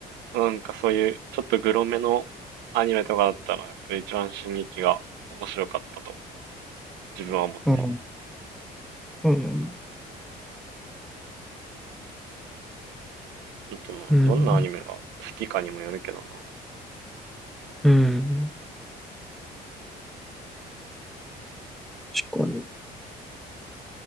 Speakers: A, on the right; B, in the centre.
A: なんかそういうちょっとグロめのアニメとかだったら、やっぱり一番進撃が面白かったと自分は思って
B: ああそうなんだ。
A: る。とどんなアニメが好きかにもよるけどな。
B: うん。うん。確かに。